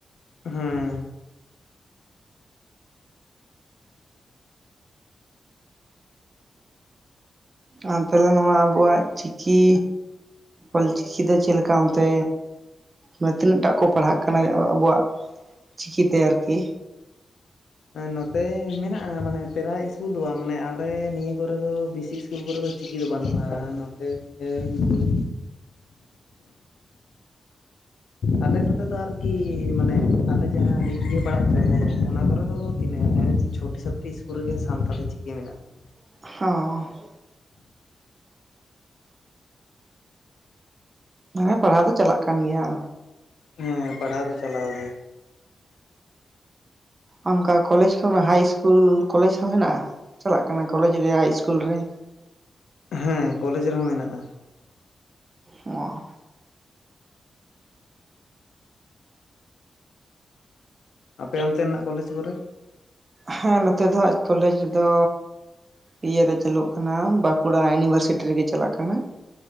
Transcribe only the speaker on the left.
ᱦᱮᱸ
ᱱᱚᱛᱮ ᱢᱮᱱᱟᱜᱼᱟ ᱢᱟᱱᱮ ᱯᱨᱟᱭ ᱤᱥᱠᱩᱞ ᱫᱚ ᱵᱟᱝ ᱢᱟᱱᱮ ᱟᱞᱮ ᱱᱤᱭᱟᱹ ᱠᱚᱨᱮ ᱫᱚ ᱵᱮᱥᱤ ᱥᱠᱩᱞ ᱠᱚᱨᱮ ᱫᱚ ᱪᱤᱠᱤ ᱫᱚ ᱵᱟᱹᱱᱩᱜᱼᱟ ᱱᱚᱛᱮ ᱮᱠ ᱫᱩᱭ ᱟᱞᱮ ᱱᱚᱛᱮ ᱫᱚ ᱟᱨᱠᱤ ᱢᱟᱱᱮ ᱟᱞᱮ ᱡᱟᱦᱟᱸ ᱤᱭᱟᱹ <unintelligible> ᱵᱟᱲᱟᱜ ᱫᱚ ᱚᱱᱟ ᱠᱚᱨᱮ ᱫᱚ ᱛᱤᱱᱟᱹᱜ ᱪᱷᱚᱴᱴᱤ ᱥᱟᱛᱴᱤ ᱤᱥᱠᱩᱞ ᱨᱮᱜᱮ ᱥᱟᱱᱛᱟᱞᱤ ᱪᱤᱠᱤ ᱢᱮᱱᱟᱜᱼᱟ <inaudible>
ᱦᱮᱸ ᱯᱟᱲᱦᱟᱣ ᱫᱚ ᱪᱟᱞᱟᱣ ᱜᱮ
ᱦᱮᱸ ᱠᱚᱞᱮᱡᱽ ᱨᱮᱦᱚᱸ ᱢᱮᱱᱟᱜᱼᱟ᱾
ᱟᱯᱮ ᱚᱱᱛᱮᱱᱟᱜ ᱠᱚᱞᱮᱡᱽ ᱠᱚᱨᱮ